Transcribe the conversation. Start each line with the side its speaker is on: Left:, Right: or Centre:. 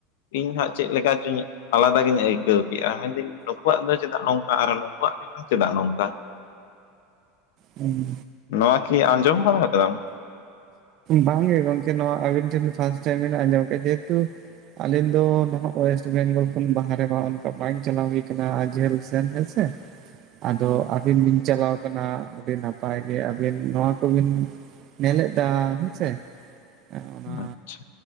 Left: ᱤᱧ ᱦᱟᱸᱜ ᱪᱮᱫ ᱞᱮᱠᱟ ᱪᱩᱧ ᱟᱞᱟᱫᱟ ᱜᱤᱧ ᱟᱹᱭᱠᱟᱹᱣ ᱠᱮᱜ-ᱟ, ᱢᱮᱱᱫᱟᱹᱧ ᱱᱩᱠᱩᱣᱟᱜ ᱫᱚ ᱪᱮᱫᱟᱜ ᱱᱚᱝᱠᱟ ᱟᱨ ᱱᱩᱠᱩᱣᱟᱜ ᱜᱮᱵᱟᱝ ᱪᱮᱫᱟᱜ ᱱᱚᱝᱠᱟ?
Right: ᱦᱩᱸ
Left: ᱱᱚᱣᱟ ᱠᱤ ᱟᱸᱡᱚᱢ ᱵᱟᱲᱟ ᱠᱟᱫᱟᱢ?
Right: ᱵᱟᱝᱜᱮ ᱜᱚᱝᱠᱮ ᱱᱚᱣᱟ ᱟᱹᱵᱤᱱ ᱴᱷᱮᱱ ᱯᱷᱟᱥᱴ ᱴᱟᱭᱤᱢ ᱵᱮᱱ ᱟᱸᱡᱚᱢ ᱠᱮᱫᱟ᱾ ᱡᱮᱦᱮᱛᱩ ᱟᱞᱮ ᱫᱚ ᱱᱟᱦᱟᱜ ᱚᱭᱮᱥᱴ ᱵᱮᱝᱜᱚᱞ ᱠᱷᱚᱱ ᱵᱟᱦᱨᱮ ᱦᱚᱲ ᱚᱱᱠᱟ ᱵᱟᱝ ᱪᱟᱞᱟᱣ ᱦᱩᱭ ᱠᱟᱱᱟ, ᱡᱷᱟᱹᱞ ᱥᱮᱱ ᱦᱮᱸ ᱥᱮ᱾
Left: <inaudible>
Right: ᱟᱫᱚ ᱟᱹᱵᱤᱱ ᱵᱤᱱ ᱪᱟᱞᱟᱣ ᱠᱟᱱᱟ ᱟᱹᱰᱤ ᱱᱟᱯᱟᱭ ᱜᱮ, ᱟᱹᱵᱮᱱ ᱱᱚᱣᱟ ᱠᱚᱵᱤᱱ ᱧᱮᱞᱮᱫᱟ᱾ ᱦᱮᱸ ᱥᱮ ᱟ
Left: ᱟᱪᱪᱷᱟ
Right: ᱚᱱᱟ